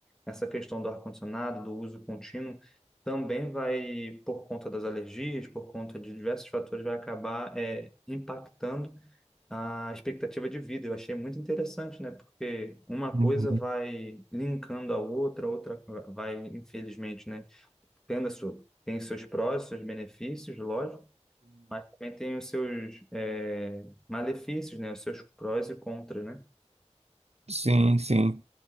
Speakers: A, in the centre; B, on the right.
A: essa questão do ar-condicionado, do uso contínuo, também vai, por conta das alergias, por conta de diversos fatores, vai acabar é, impactando a expectativa de vida. Eu achei muito interessante, né? Porque uma
B: Uhum.
A: coisa vai linkando a outra, a outra vai, infelizmente, né? Tendo a sua, tem seus prós, seus benefícios, lógico, mas também tem os seus é, malefícios, né? Os seus prós e contras, né?
B: Sim, sim, sim.